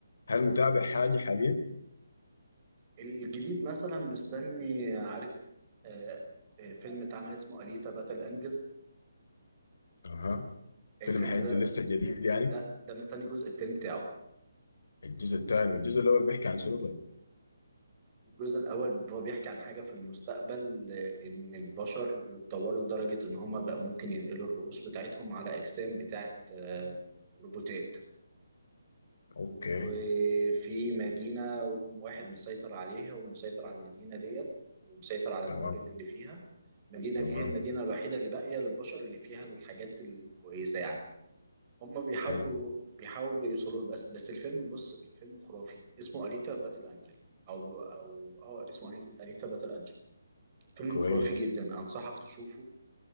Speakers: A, on the left; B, on the right.
A: هل متابع حاجه حاليا
B: الجديد مثلا مستني عارف آه، آه، فيلم اتعمل اسمه أليسا باتل أنجل
A: اها
B: الفيلم
A: فيلم حينزل
B: ده
A: لسه جديد يعني
B: ده ده مستني الجزء التاني بتاعه
A: الجزء الثاني والجزء الاول بيحكي عن شنو طيب
B: الجزء الأول هو بيحكي عن حاجة في المستقبل آه، إن البشر اتطوروا لدرجة إن هما بقى ممكن ينقلوا الرؤوس بتاعتهم على أجسام بتاعت آه، روبوتات
A: اوكي
B: وفي مدينة واحد مسيطر عليها ومسيطر على المدينة ديت ومسيطر على
A: تمام
B: الموارد اللي فيها المدينة
A: تمام
B: دي هي المدينة الوحيدة اللي باقية للبشر اللي فيها الحاجات الكويسة يعني هم بيحاربوا
A: حلو
B: بيحاولوا يوصلوا له بس بس الفيلم بص الفيلم خرافي اسمه أليتا باتل أنجل أو أو أو اسمه أليتا أليتا باتل أنجل فيلم
A: كويس
B: خرافي جدا أنصحك تشوفه